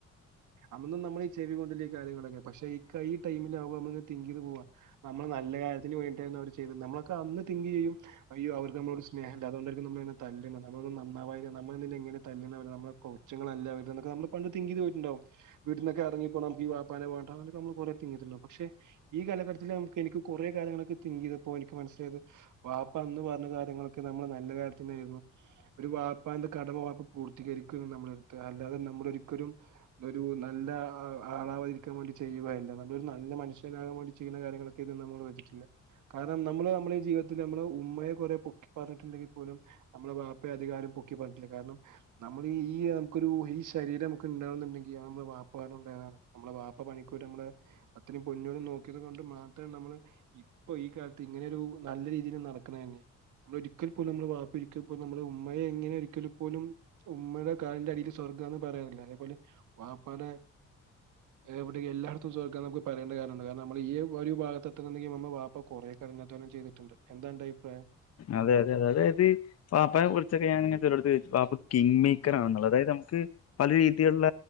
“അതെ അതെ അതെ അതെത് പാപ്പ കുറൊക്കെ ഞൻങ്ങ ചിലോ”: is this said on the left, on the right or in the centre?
Left